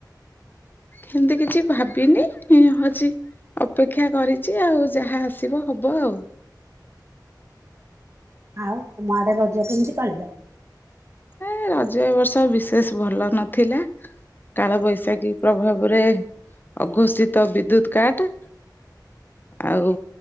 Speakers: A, on the left; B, on the right.
A: ସେମିତି କିଛି ଭାବିନି ହଉଛି। ଅପେକ୍ଷା କରିଛି ଆଉ ଯାହା ଆସିବ ହବ ଆଉ।
B: ଆଉ ତମ ଆଡେ ରଜ କେମିତି ପାଳିଲ?
A: ଏ ରଜ ଏ ବର୍ଷ ବିଶେଷ ଭଲ ନଥିଲା। କାଳ ବୈଶାଖୀ ପ୍ରଭାବରେ ଅଘୋଷିତ ବିଦ୍ୟୁତ କାଟ। ଆଉ